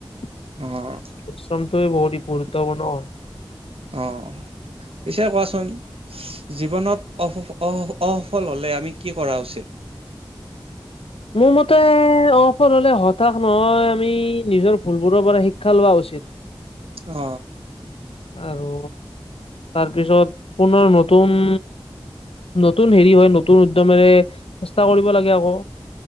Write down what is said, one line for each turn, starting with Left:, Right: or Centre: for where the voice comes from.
Left: পৰিশ্ৰমটোে
Right: অ',
Left: বহুত গুৰুত্বপূৰ্ণ হয়
Right: অ পিছে কোৱাচোন জীৱনত অ অসফল হলে আমি কি কৰা উচিত
Left: মোৰ মতে অফল হ'লে হতাশ নহয় আমি নিজৰ ভুলবোৰৰ পৰা শিক্ষা লোৱা উচিত
Right: অ
Left: আৰু তাৰপিছত পুনৰনৰ নতুন নতুন হেৰি হয় নতুন উদ্যমেৰে চেষ্টা কৰিব লাগে আকৌ